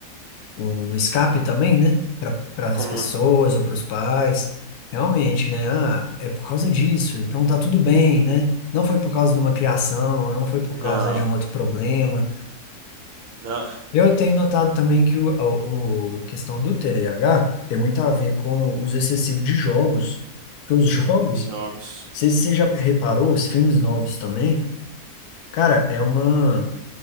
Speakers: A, on the left; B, on the right.
A: um escape também, né? Para
B: Como?
A: as pessoas ou para os pais, realmente, né? Ah, é por causa disso, então tá tudo bem, né? Não foi por causa de uma criação, ou não foi por
B: Não,
A: causa de um outro problema.
B: não.
A: Eu tenho notado também que o, o, o questão do TDAH tem muito a ver com o uso excessivo de jogos, porque os jogos,
B: Em Jogos.
A: não sei se você já reparou, os filmes novos também, Cara, é uma,